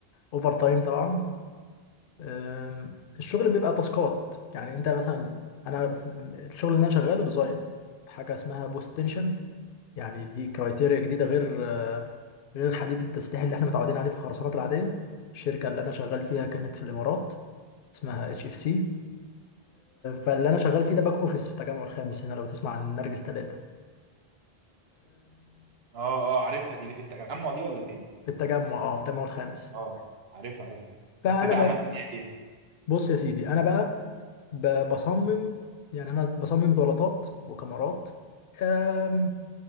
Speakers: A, on the left; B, on the right.
A: اوفر تايم طبعا أم، الشغل بيبقى تاسكات يعني انت مثلا انا في- الشغل اللي انا شغاله ديزاين حاجه اسمها بوست تنشن يعني دي كرايتيريا جديده غير آه، غير حديد التسليح اللي احنا متعودين عليه في الخرسانات العاديه الشركه اللي انا شغال فيها كانت في الامارات اسمها اتش اف سي فاللي انا شغال فيه ده باك اوفيس في التجمع الخامس هنا لو تسمع عن نرجس ثلاثة
B: اه اه عارفها دي اللي في التجمع دي ولا فين
A: في التجمع اه في التجمع الخامس
B: اه عارف عارف
A: فانا
B: وانت بقى عملت فيها ايه
A: بص يا سيدي انا بقى ب- بصمم يعني انا بصمم بلاطات وكاميرات آم،